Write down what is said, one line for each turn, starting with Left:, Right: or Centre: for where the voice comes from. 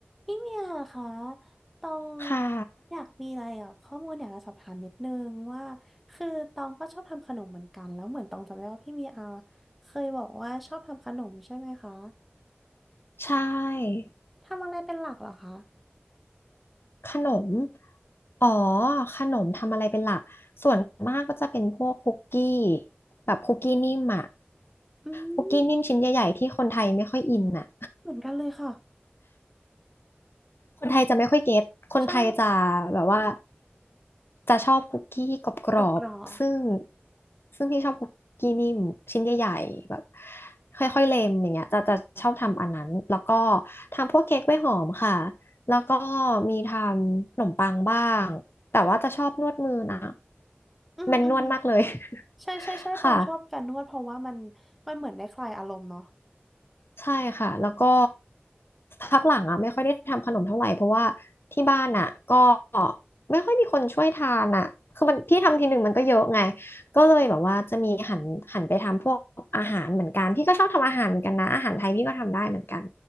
Centre: พี่เมียคะตอง
Left: ขา
Centre: อยากมีอะไรอ่ะข้อมูลอยากจะสอบถามนิดนึงว่าคือตองก็ชอบทำขนมเหมือนกันแล้วเหมือนตองจำได้ว่าพี่เมียอาเคยบอกว่าชอบทำขนมใช่ไหมคะ
Left: ใช่
Centre: ทำอะไรเป็นหลักเหรอคะ
Left: ขนมอ๋อขนมทำอะไรเป็นหลักส่วนมากก็จะเป็นพวกคุกกี้แบบคุกกี้นิ่มอะ
Centre: อื
Left: คุกกี้นิ่มชิ้นใหญ่ๆที่คนไทยไม่ค่อยอินอะ
Centre: มเหมือนกันเลยค่ะ
Left: คนไทยจะไม่ค่อยเก็ตคนไทยจะ
Centre: ใช่
Left: แบบว่าจะชอบคุกกี้ที่กรอบๆซึ่ง
Centre: กรอบกรอบ
Left: ซึ่งพี่ชอบคุกกี้นิ่มชิ้นใหญ่ๆแบบค่อยๆเลมอย่างเงี้ยจะจะชอบทำอันนั้นแล้วก็ทำพวกเค้กกล้วยหอมค่ะแล้วก็มีทำขนมปังบ้างแต่ว่าจะชอบนวดมือนะ
Centre: อืมอืม
Left: แมนนวลมากเลย <laughs>
Centre: ใช่ใช่ใช่ตองชอบการนวดเพราะว่ามัน
Left: ค่ะ
Centre: มันเหมือนได้คลายอารมณ์เนาะ
Left: ใช่ค่ะแล้วก็พักหลังอ่ะไม่ค่อยได้ทำขนมเท่าไหร่เพราะว่าที่บ้านอ่ะก็ไม่ค่อยมีคนช่วยทานอ่ะคือมันพี่ทำทีหนึ่งมันก็เยอะไงก็เลยแบบว่าจะมีหันหันไปทำพวกอาหารเหมือนกันพี่ก็ชอบทำอาหารเหมือนกันนะอาหารไทยพี่ก็ทำได้เหมือนกัน